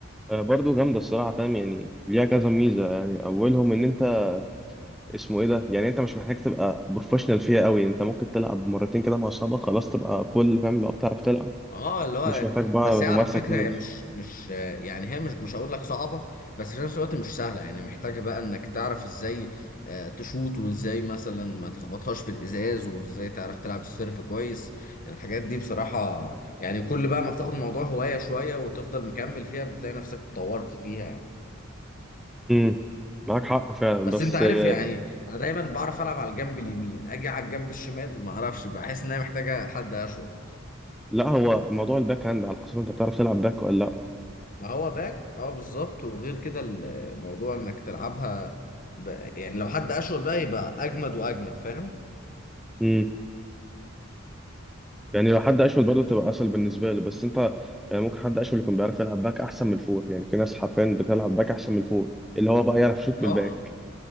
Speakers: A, in the centre; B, on the left.
A: آه برضو جامدة الصراحة فاهم يعني ليها كذا ميزة يعني أولهم إن أنت اسمه إيه ده يعني أنت مش محتاج تبقى بروفيشنال فيها أوي أنت ممكن تلعب مرتين كده مع أصحابك خلاص تبقى فول فاهم اللي هو بتعرف تلعب
B: اه اللي هو
A: مش محتاج بقى
B: بس هي
A: ممارسة
B: على فكره
A: كتير
B: هي مش مش يعني هي مش مش هقول لك صعبه بس في نفس الوقت مش سهله يعني محتاجه بقى انك تعرف ازاي آه، تشوط وازاي مثلا ما تخبطهاش في الازاز وازاي تعرف تلعب السيرف كويس الحاجات دي بصراحه يعني كل بقى ما بتاخد الموضوع هوايه شويه وتفضل مكمل فيها بتلاقي نفسك اتطورت فيها يعني
A: امم معاك حق فعلا
B: بس
A: بس
B: انت عارف
A: آه،
B: يعني انا دايما بعرف العب على الجنب اليمين اجي على الجنب الشمال ما اعرفش بحس ان هي محتاجه حد اشول
A: لا هو موضوع الباك هاند على حسب أنت بتعرف تلعب باك ولا لأ
B: ما هو باك اه بالظبط وغير كده الموضوع انك تلعبها ب... يعني لو حد اشول بقى يبقى اجمد واجمد فاهم
A: امم يعني لو حد اشول برضه تبقى اسهل بالنسبه له بس انت يعني ممكن حد اشول يكون بيعرف يلعب باك احسن من الفور يعني في ناس حرفيا بتلعب باك احسن من الفور اللي هو بقى يعرف يشوط
B: اه
A: بالباك